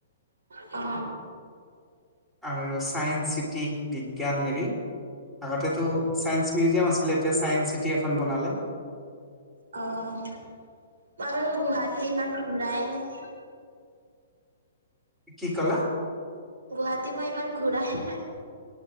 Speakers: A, on the right; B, in the centre.
A: অ।
B: আৰু চায়ন্স চিটি বিজ্ঞান হেৰি আগতেটো চাইন্স পিজিয়াম আছিলে এতিয়া ছাইন্স চিটি এখন বনালে।
A: অ মই ধৰ গুৱাহাটী ইমান ঘূৰাই নাই।
B: কি কলা?
A: গুৱাহাটী মই ইমান ঘূৰাহে নাই।